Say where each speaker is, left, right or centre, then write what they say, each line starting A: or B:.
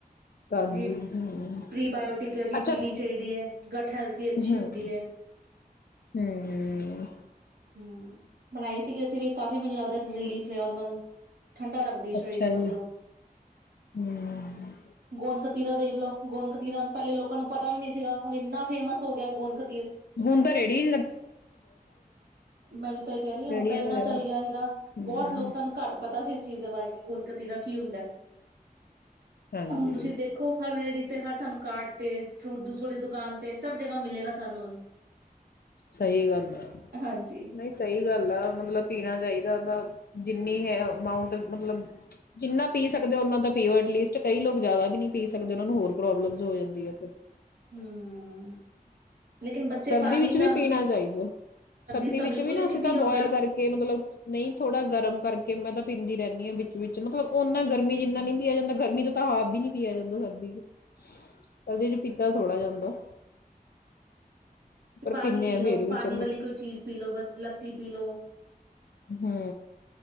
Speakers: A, on the left; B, on the right.
A: ਹਾਂਜੀ
B: ਜੀ,
A: ਹਮ
B: ਪ੍ਰੀਬਾਇਓਟਿਕ ਹੈ ਜੀ,
A: ਅੱਛਾ
B: ਪੀਣੀ ਚਾਈਦੀ ਐ। ਗਟ ਹੈਲਥ ਲਈ ਅੱਛੀ
A: ਹਮ
B: ਹੁੰਦੀ ਐ।
A: ਹਮ
B: ਹੂੰ। ਬਣਾਈ ਸੀਗੀ ਅਸੀ ਵੀ ਕਾਫ਼ੀ ਮੈਨੂੰ ਲੱਗਦਾ ਰ ਰਿਲੀਫ ਰਿਹਾ ਉਹਦੇ ਨਲ ਠੰਡਾ ਰੱਖਦੀ ਸਰੀਰ
A: ਅੱਛਾ
B: ਨੂੰ
A: ਜੀ
B: ਅੰਦਰੋਂ,
A: ਹਮ
B: ਗੋਦ ਕ ਤੀਰਾ ਦੇਖ ਲੋ, ਗੋਂਦਕਤੀਰਾ ਪੈਲੇ ਲੋਕਾਂ ਨੂੰ ਪਤਾ ਵੀ ਨੀ ਸੀਗਾ ਹੁਣ ਇੰਨਾ ਫੇਮਸ ਹੋ ਗਿਐ ਗੋਂਦਕ
A: ਹੁਨ ਤਾਂ ਰੇੜੀ
B: ਮੈਂ ਵੀ ਤਾਂ ਐਈ ਕੈ ਰਈ ਆਂ
A: ਰੇਹੜੀਆਂ
B: ਹੁਣ ਤਾਂ ਇੰਨਾ
A: ਵਗੈਰਾ
B: ਚੱਲ ਗਿਆ ਨਈ ਤਾਂ
A: ਹਮ
B: ਬੋਹੋਤ ਲੋਕਾਂ ਨੂੰ ਘੱਟ ਪਤਾ ਸੀ ਇਸ ਚੀਜ਼ ਦੇ ਬਾਰੇ ਕਿ ਹੋਂਦਕਤੀਰਾ ਕੀ ਹੁੰਦਾ ਐ।
A: ਹਾਂਜੀ
B: ਹੁਣ ਤੁਸੀ ਦੇਖੋ ਹਰ ਰੇੜੀ ਤੇ, ਹਰ ਤੁਆਨੂੰ ਕਾਰਟ ਤੇ, ਫਰੂਟ ਦੂਸ ਵਾਲੀ ਦੁਕਾਨ ਤੇ ਸਭ ਜਗ੍ਹਾ ਮਿਲੇਗਾ ਤੁਹਾਨੂੰ ਹੁਣ।
A: ਸਈ ਗੱਲ ਐ।
B: ਹਾਂਜੀ
A: ਨਈ ਸਈ ਗੱਲ ਆ ਮਤਲਬ ਪੀਣਾ ਚਾਹੀਦਾ। ਦਾ, ਜਿੰਨੀ ਹੈ ਅਮਾਊਟ ਮਤਲਬ ਜਿੰਨਾ ਪੀ ਸਕਦੇ ਔ ਔਨਾਂ ਤਾ ਪੀਔ। ਐਟਲੀਸਟ ਕਈ ਲੋਕ ਜਿਆਦਾ ਵੀ ਨੀ ਪੀ ਸਕਦੇ ਉਹਨਾ ਨੂੰ ਹੋਰ ਪ੍ਰੋਬਲਮ ਜੋ ਹੋ ਜਾਂਦੀ ਐ, ਫੇਰ।
B: ਹੂੰ, ਲੇਕਿਨ ਬੱਚੇ
A: ਸਰਦੀ
B: ਪਾਣੀ
A: ਵਿੱਚ
B: ਦਾ
A: ਵੀ ਪੀਣਾ ਚਾਹੀਦੈ। ਸਰਦੀ
B: ਚ ਤਾਂ
A: ਵਿੱਚ
B: ਬਿਲਕੁਲ
A: ਵੀ ਨਾ
B: ਹੀ ਨਹੀਂ
A: ਅਸੀ ਤਾਂ
B: ਪੀ
A: ਬੋਇਲ
B: ਹੁੰਦਾ
A: ਕਰਕੇ ਮਤਲਬ ਨਈ ਥੋੜਾ ਗਰ ਮ ਕਰ ਕਿ ਮੈਂ ਤਾਂ ਪੀਂਦੀ ਰੈਨੀ ਆਂ ਬਿੱਚ ਵਿੱਚ ਕਿ ਮਤਲਬ ਔ ਨਾ ਗਰਮੀ ਚ ਇੰਨਾ ਨੀ ਪਿਆ ਜਾਂਦਾ। ਗਰਮੀ ਤੋਂ ਤਾਂ ਹਾਫ਼ ਬੀ ਨੀ ਪਿਆ ਜਾਂਦਾ ਸਰਦੀ ਚ ਸਰਦੀ ਚ ਪੀਤਾ ਥੋੜ੍ਹਾ ਜਾਂਦਾ।
B: ਤੇ
A: ਪਰ
B: ਪਾਣੀ
A: ਪੀਂਦੇ
B: ਪੀ
A: ਆ ਫੇਰ
B: ਲੋ, ਪਾਣੀ
A: ਵੀ ਚਲੋ
B: ਵਾਲੀ ਕੋਈ ਚੀਜ਼ ਪੀ ਲੋ, ਬਸ ਲੱਸੀ ਪੀ ਲੋ।
A: ਹੂੰ।